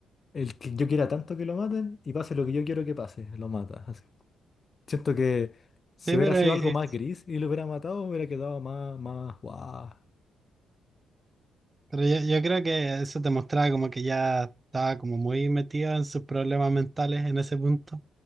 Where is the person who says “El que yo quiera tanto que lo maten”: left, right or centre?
Left